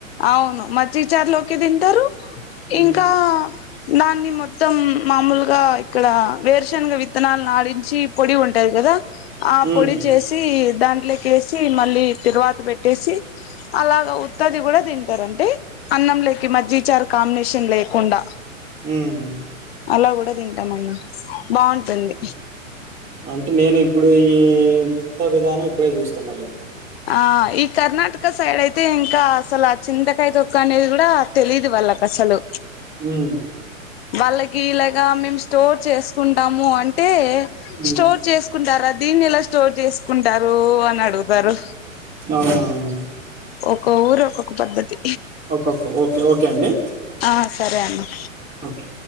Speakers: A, on the left (about 50°); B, on the right (about 15°).
A: అవును మజీగాచార్లోకి తింటారు
B: హ్మ్.
A: ఇంకా దాన్ని మొత్తం మామూలుగా ఇక్కడ వేరుశనగ విత్తనాలను ఆడించి పొడి ఉంటది కదా ఆ
B: హ్మ్.
A: పొడి చేసి దాంట్లో కి వేసి మళ్ళీ తరువాత పెట్టేసి అలాగా ఉత్తది కూడా తింటారంటే అన్నం లేకి మజ్జిచార్ కాంబినేషన్ లేకుండా
B: ఉమ్
A: అలా కూడా తింటామండి బాగుంటుంది
B: హ్మ్. అంటే నేను ఇప్పుడు ఈ విత్త విధానం ఇప్పుడే చూస్తున్నాలేండి
A: ఆ ఈ కర్ణాటక సైడ్ అయితే ఇంకా అసలు ఆ చింతకాయ తొక్క అనేది కూడా తెలీదు వాళ్ళకు అసలు
B: ఉమ్
A: వాళ్ళకి ఇలాగా మేము స్టోర్ చేసుకుంటాము అంటే
B: హ్మ్.
A: స్టోర్ చేసు చకుంటారా దీన్ని ఎలా స్టోర్ చేసుకుంటారు అని అడుగుతారు
B: అవునా
A: ఒక్కో ఊరు ఒక్కొక్క పద్ధతి
B: ఒక్కక్క ఓకే ఓకే అండి
A: ఆ సరే అండి
B: ఓకే